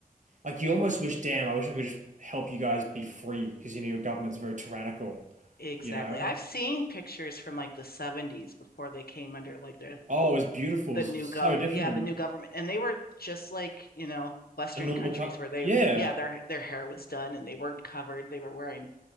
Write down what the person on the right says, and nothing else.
like you almost wish, damn, I wish I could just help you guys be free because you know your government's very tyrannical,
you know?
Oh, it was beautiful,
it was
so
different.
A normal
cut.
Yeah.